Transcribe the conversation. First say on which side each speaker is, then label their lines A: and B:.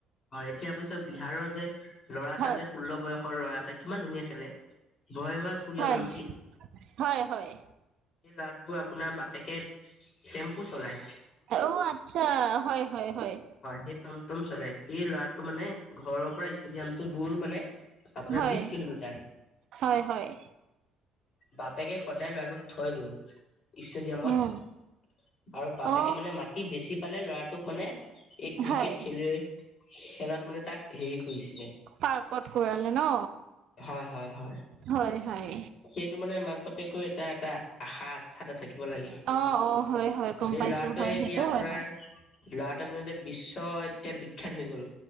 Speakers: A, on the left; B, on the right.
A: হয়, এতিয়া অৱশ্যে বিহাৰৰ যে ল'ৰা এটা
B: হয়
A: যে ষোল্ল বয়সৰ ল'ৰা এটা কিমান ধুনীয়া খেলে। ভয় ভত সূৰ্যবংশী।
B: হয় হয় হয়।
A: সেই ল'ৰাটোৰ বাপেকে টেম্পু চলায়।
B: অ আচ্ছা হয় হয় হয়।
A: হয় সেই টম টম চলায় সেই ল'ৰাটো মানে ঘৰৰ পৰা ষ্টেডিয়াম টো দূৰ মানে আপোনাৰ
B: হয়
A: বিশছ কিলোমিটাৰ।
B: হয় হয়
A: বাপেকে সদায় ল'ৰাটোক থৈ ষ্টেডিয়ামত।
B: উম
A: আৰু বাপেকে
B: অ
A: মানে মাটি বেছি পালে ল'ৰাটোক মানে এই ক্ৰিকেট
B: হয়
A: খেলুৱৈ খেলত মানে তাক হেৰি কৰিছিলে
B: পাৰ্কত কৰালে ন।
A: হয় হয় হয়,
B: হয় হয়
A: সেইটো মানে মাক বাপেকো এটা এটা আশা আস্থাতে থাকিব লাগে।
B: অ অ হয় হয় গম
A: এই
B: পাইছো
A: ল'ৰাটোৱে
B: হয়
A: এতিয়া
B: সেইটো
A: আপোনাৰ
B: হয় বাৰু
A: ল'ৰাটো আপোনাৰ এতিয়া বিশ্ব এতিয়া বিখ্যাত হৈ গ'ল